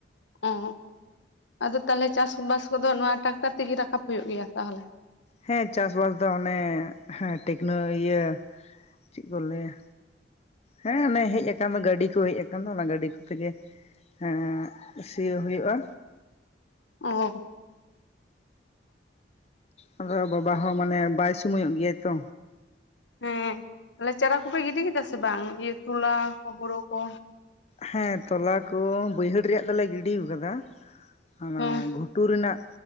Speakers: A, on the left; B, on the left.
A: ᱚ ᱟᱫᱚ ᱛᱟᱦᱚᱞᱮ ᱪᱟᱥ ᱵᱟᱥ ᱠᱚᱫᱚ ᱱᱚᱣᱟ ᱴᱨᱟᱠᱴᱟᱨ ᱛᱮᱜᱮ ᱨᱟᱠᱟᱵ ᱦᱩᱭᱩᱜ ᱜᱮᱭᱟ ᱛᱟᱦᱚᱞᱮ?
B: ᱦᱮᱸ ᱪᱟᱥ ᱵᱟᱥ ᱫᱚ ᱚᱱᱮ ᱴᱮᱠᱱᱳ ᱤᱭᱟᱹ ᱪᱮᱜ ᱠᱚ ᱞᱟᱹᱭᱟ ᱦᱮᱸ ᱚᱱᱮ ᱦᱮᱡ ᱟᱠᱟᱱ ᱫᱚ, ᱜᱟᱹᱰᱤ ᱠᱚ ᱦᱮᱡ ᱟᱠᱟᱱ ᱫᱚ ᱚᱱᱟ ᱜᱟᱹᱰᱤ ᱠᱚᱛᱮᱜᱮ᱾ ᱦᱮᱸ ᱥᱤᱭᱳᱜ ᱦᱳᱭᱳᱜᱼᱟ᱾
A: ᱚᱸ
B: ᱟᱨ ᱵᱟᱵᱟ ᱦᱚᱸ ᱢᱟᱱᱮ ᱵᱟᱭ ᱥᱳᱢᱚᱭᱚᱜ ᱜᱮᱭᱟᱭ ᱛᱚ᱾
A: ᱦᱮᱸ ᱛᱟᱦᱚᱞᱮ ᱪᱟᱨᱟ ᱠᱚᱯᱮ ᱜᱤᱰᱤ ᱠᱤᱫᱟ ᱥᱮ ᱵᱟᱝ ᱤᱭᱟᱹ ᱛᱩᱞᱟ ᱦᱚᱸ ᱦᱳᱨᱳ ᱠᱚ?
B: ᱦᱮᱸ ᱛᱚᱞᱟ ᱠᱚ ᱵᱟᱹᱭᱦᱟᱹᱲ ᱨᱮᱭᱟᱜ ᱫᱚᱞᱮ ᱜᱤᱰᱤᱣ ᱠᱟᱫᱟ ᱚᱱᱟ
A: ᱦᱮᱸ
B: ᱜᱷᱩᱴ ᱜᱷᱩᱴᱩ ᱨᱮᱱᱟᱜ